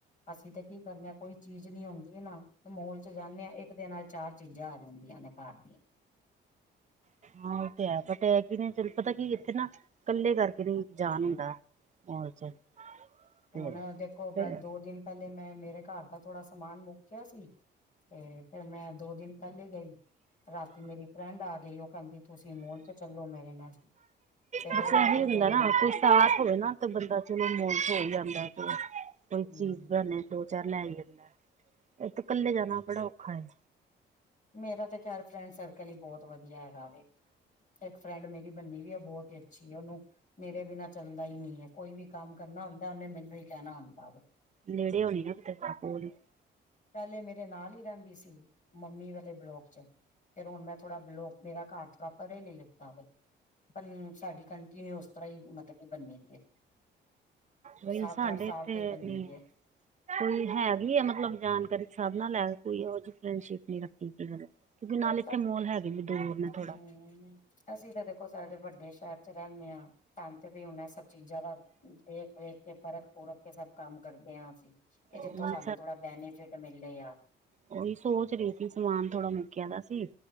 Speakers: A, on the left; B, on the right.
A: ਅਸੀਂ ਤੇ ਕੀ ਕਰਨੇ ਆ, ਕੋਈ ਚੀਜ਼ ਨੀ ਹੁੰਦੀ, ਨਾ ਮੂਲ ਚ' ਜਾਂਦੇ ਹਾਂ, ਇੱਕ ਦੇ ਨਾਲ ਚਾਰ ਚੀਜ਼ਾਂ ਆ ਜਾਂਦੀਆਂ ਨੇ ਘਰ ਦੀਆਂ।
B: ਹਾਂ ਉਹ ਤੇ ਹੈ, ਬਟ ਐ ਕਿ ਨਹੀਂ ਪਤਾ ਕੀ ਇੱਥੇ ਨਾ ਇਕੱਲੇ ਕਰਕੇ ਨਹੀਂ ਜਾਨ ਹੁੰਦਾ ਮੋਲ ਚ ਤੇ
A: ਹੁਣ ਦੇਖੋ
B: ਫਿਰ
A: ਬ ਦੋ ਦਿਨ ਪਹਿਲੇ ਮੈਂ ਮੇਰੇ ਘਰ ਦਾ ਥੋੜਾ ਸਮਾਨ ਮੁਕਿਆ ਸੀ, ਤੇ ਫੇਰ ਮੈਂ ਦੋ ਦਿਨ ਪਹਿਲੇ ਗਈ, ਰਾਤੀ ਮੇਰੀ ਫਰੈਂਡ ਆ ਗਈ, ਉਹ ਕਹਿੰਦੀ ਤੁਸੀਂ ਮੋਲ 'ਚ ਚੱਲੋ ਮੇਰੇ ਨਾਲ। ਫੇਰ
B: ਦਸਿਆ
A: ਉਹਦੇ ਨਾਲ
B: ਨਹੀ ਹੁੰਦਾ
A: ਗਈ
B: ਨਾ
A: ਆ।
B: ਆਫਿਸ। ਸਾਥ ਹੋਏ ਨਾ ਤੇ ਬੰਦਾ, ਚਲੋ, ਮੋਲ ਹੋ ਹੀ ਆਂਦਾ ਤੇ ਕੋਈ ਚੀਜ਼
A: ਹਮ
B: ਬਣੇ ਦੋ-ਚਾਰ ਲੈ ਈ ਆਂਦਾ, ਇਥੇ ਕੱਲੇ ਜਾਣਾ ਬੜਾ ਔਖਾ ਐ।
A: ਮੇਰਾ ਤੇ ਖ਼ੈਰ ਫਰੈਂਡ ਸਰ ਕੈਲੀ ਬਹੁਤ ਵਧੀਆ ਹੈਗਾ ਵੇ, ਇੱਕ ਫਰੈਂਡ ਮੇਰੀ ਬੰਨੀ ਵੀ ਐ, ਉਹ ਬਹੁਤ ਹੀ ਅੱਛੀ ਉਹਨੂੰ ਮੇਰੇ ਬਿਨਾ ਚੱਲਦਾ ਹੀ ਨਹੀਂ ਹੈ, ਕੋਈ ਵੀ ਕੰਮ ਕਰਨਾ ਹੁੰਦਾ, ਉਹਨੇ ਮੈਨੂੰ ਹੀ ਕਹਿਣਾ ਹੁੰਦਾ ਵੈ।
B: ਨੇੜੇ ਹੋਣੀ ਆ ਫੇਰ ਕੋਲ
A: ਪਹਿਲੇ ਮੇਰੇ ਨਾਲ ਹੀ ਰਹਿੰਦੀ ਸੀ ਮੰਮੀ ਬਲੋਕ 'ਚ ਫੇਰ ਹੁਣ ਮੈਂ, ਥੋੜਾ ਬਲੌਕ, ਮੇਰਾ ਘਰ ਥੋੜਾ ਪਰੇ ਲਈ ਲਿੱਤਾ ਵੇ। ਹਨ, ਸਾਡੀ ਕੰਟੀਨਿਊ ਉਸ ਤਰ੍ਹਾਂ ਹੀ ਮਤਲਬ ਕਿ ਬੰਨੇ ਦੀ ਹੈ।
B: ਬਈ
A: ਸੱਤ-ਅੱਠ
B: ਸਾਡੇ
A: ਸਾਲ
B: ਇੱਥੇ
A: ਤੋਂ ਹੀ ਬੰਨੀ
B: ਨੀ
A: ਦੀ ਹੈ।
B: ਕੋਈ ਹੈਗੀ ਹੈ ਮਤਲਬ ਜਾਣਕਾਰੀ ਸਬ ਨਾਲ ਹੈ ਵ, ਪਰ ਕੋਈ ਉਹੋ ਜਿਹੀ ਫਰੈਂਡਸ਼ਿਪ ਨੀ ਰੱਖ ਠਕ ਗ, ਕਿਉਂਕਿ ਨਾਲ ਇੱਥੇ
A: ਬਸ
B: ਮੋਲ ਹੈਗੇ ਵੀ ਦੂਰ ਨੇ ਥੋੜਾ।
A: ਹਮ ਅਸੀਂ ਤਾਂ ਦੇਖੋ, ਸਾਡੇ ਵੱਡੇ ਸ਼ਹਿਰ 'ਚ ਰਹਿੰਦੇ ਹਾਂ ਸਨੂੰ ਤੇ ਵਈ ਐ ਸਭ ਚੀਜ਼ਾਂ ਦਾ ਦੇਖ-ਵੇਖ ਕੇ ਪਰਖ-ਪੁਰਖ ਕੇ ਸਭ ਕੰਮ ਕਰਦੇ ਹਾਂ ਅਸੀਂ।
B: ਥੋੜਾ
A: ਇਹ ਜਿੱਥੋਂ ਸਾਨੂੰ ਥੋੜਾ ਬੈਨੀਫਿਟ ਮਿਲਿਆ।
B: ਓਹੀ ਸੋਚ ਰਹੀ ਸੀ, ਸਮਾਨ ਥੋੜਾ ਮੁਕਿਆ ਦਾ ਸੀ।